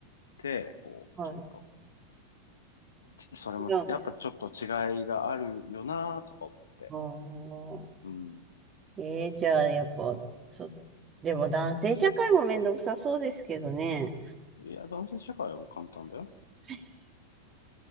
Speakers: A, on the left (about 65°); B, on the right (about 25°).
A: て、こう、
B: はい。
A: ちょっと、ちそれも、
B: 違うんです
A: やっぱちょっと違いがあるよなとか思って。
B: あー
A: うん。
B: えーじゃあ、やっぱ、そ、でも男性社会もめんどくさそうですけどね。
A: いや、男性社会はもう簡単だよ。
B: <laughs>